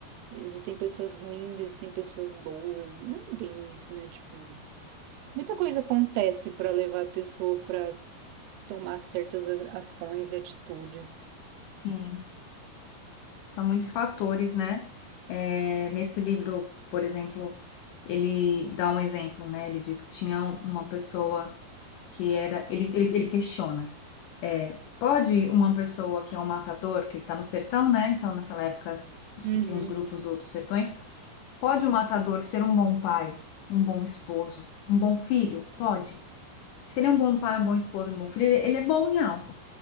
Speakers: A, on the right (about 85°); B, on the left (about 70°).
A: Existem pessoas ruins, existem pessoas boas, e não é bem isso, né? Tipo, muita coisa acontece para levar a pessoa para tomar certas a- ações e atitudes.
B: Sim, são muitos fatores, né? É, nesse livro, por exemplo, ele dá um exemplo, né? Ele diz que tinha um- uma pessoa que era, ele, ele, ele questiona, é, pode uma pessoa que é um matador, que ele está no sertão, né? Então, naquela época de
A: Uhum.
B: que tinha os grupos do, dos sertões, pode o matador ser um bom pai, um bom esposo, um bom filho? Pode. Se ele é um bom pai, um bom esposo, um bom filho, ele ele é bom em algo